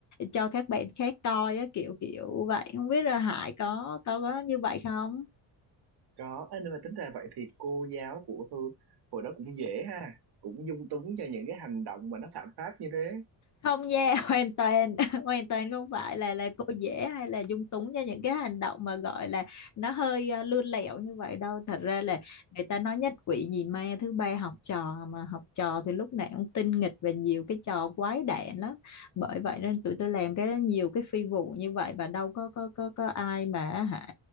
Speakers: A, on the left (about 40°); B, on the right (about 60°).
A: cho các bạn khác coi á kiểu kiểu vậy không biết là Hải có có có như vậy không
B: có Ê, nhưng mà tính ra vậy thì cô giáo của Thư hồi đó cũng dễ ha cũng dung túng cho những cái hành động mà nó phạm pháp như thế
A: không nha <laughs> hoàn toàn <laughs> hoàn toàn không phải là là cô dễ hay là dung túng cho những cái hành động mà gọi là nó hơi ờ, lươn lẹo như vậy đâu thật ra là người ta nói nhất quỷ nhì ma thứ ba học trò mà học trò thì lúc nào cũng tinh nghịch và nhiều cái trò quái đản lắm bởi vậy nên tụi tôi làm cái nhiều cái phi vụ như vậy và đâu có có có có ai mà hả